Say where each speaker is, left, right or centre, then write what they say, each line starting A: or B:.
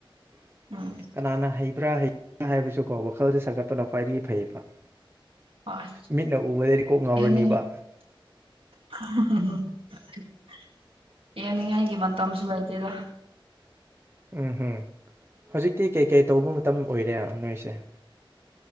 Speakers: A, on the right (about 80°); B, on the right (about 25°).
A: ꯎꯝ
B: ꯀꯅꯥꯅ ꯍꯩꯕ꯭ꯔꯥ ꯍꯩ ꯕ꯭ꯔꯥ ꯍꯥꯏꯕꯁꯨꯀꯣ ꯋꯥꯈꯜꯗ ꯁꯥꯒꯠꯄꯅ ꯈ꯭ꯋꯥꯏꯗꯒꯤ ꯐꯩꯌꯦꯕ
A: ꯍꯣꯏ
B: ꯃꯤꯠꯅ ꯎꯕꯗꯗꯤ ꯀꯣꯛ ꯉꯥꯎꯔꯅꯤꯕ
A: ꯌꯥꯅꯤꯡ <inaudible> ꯌꯥꯅꯤꯡꯉꯥꯏꯒꯤ ꯃꯇꯝꯁꯨ ꯂꯩꯥꯇꯦꯗ
B: ꯎꯝ ꯍꯨꯝ ꯍꯧꯖꯤꯛꯇꯤ ꯀꯩꯀꯩ ꯇꯧꯕ ꯃꯇꯝ ꯑꯣꯏꯔꯦ ꯅꯣꯏꯁꯦ